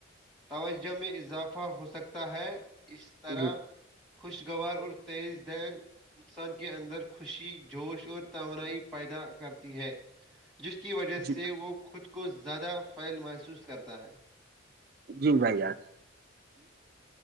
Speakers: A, in the centre; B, on the right.
A: توجہ میں اضافہ ہو سکتا ہے اس طرح
B: جی
A: خوشگوار اور تیز دین <unintelligible> انسان کے اندر خوشی جوش اور توانائی پیدا کرتی ہے جس کی وجہ
B: جی
A: سے وہ خود کو زیادہ فعل محسوس کرتا ہے
B: جی بھائی ار <unintelligible>
A: ہوں <inaudible>